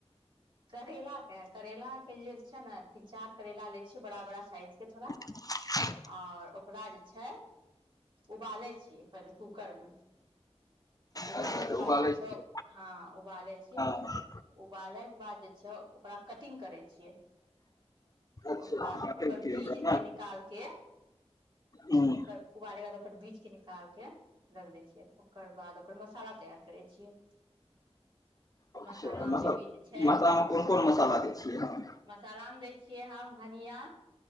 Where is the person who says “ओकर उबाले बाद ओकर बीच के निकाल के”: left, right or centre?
Right